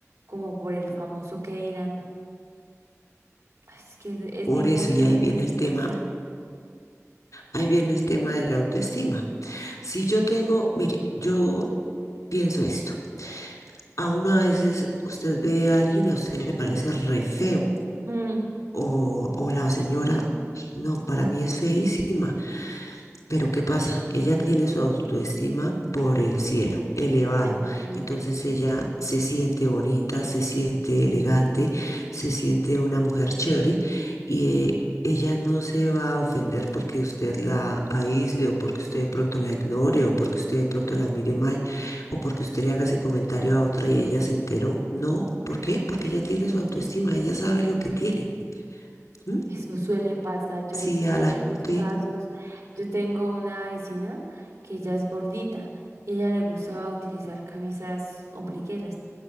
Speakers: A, on the right (about 75°); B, on the left (about 85°).
A: como por el famoso que dirán. Ay, es que es es
B: Por
A: bien
B: eso,
A: compleja
B: y ahí viene
A: esa situación.
B: el tema, ahí viene el tema de la autoestima. Si yo tengo, mire, yo pienso esto. A uno a veces usted ve a alguien y a usted le parece re feo.
A: Mm,
B: O, o la señora, no, para mí es feísima. Pero ¿qué pasa? Ella tiene su autoestima por el cielo, elevado.
A: ay, sí.
B: Entonces ella se siente bonita, se siente elegante, se siente una mujer chévere y eh, ella no se va a ofender porque usted la aísle o porque usted de pronto la ignore o porque usted de pronto la mire mal o porque usted le haga ese comentario a otra y ella se enteró. No, ¿por qué? Porque ella tiene su autoestima, ella sabe lo que tiene. ¿Mm?
A: Eso suele pasar, yo
B: Si
A: he visto
B: a
A: tantos
B: la gente...
A: casos. Yo tengo una vecina que ella es gordita y a ella le gustaba utilizar camisas ombligueras